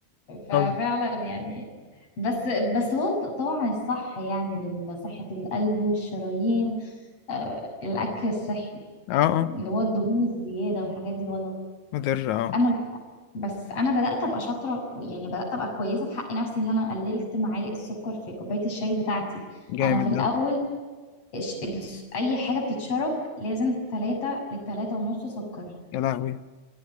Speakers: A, on the left (about 50°); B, on the left (about 75°).
A: ففعلا
B: طب
A: يعني بس بس هو ط- طبعا الصح يعني لصحة القلب والشرايين آه، الأكل الصحي
B: اه اه
A: اللي هو الدهون الزيادة والحاجات دي غلط
B: مضر اه
A: أنا بس أنا بدأت أبقى شاطرة يعني بدأت أبقى كويسة في حق نفسي إن أنا قللت معالق السكر في كوباية الشاي بتاعتي
B: جامد
A: أنا في الأول
B: ده
A: الش- الس- أي حاجة بتتشرب لازم تلاتة لتلاتة ونص سكر
B: يا لهوي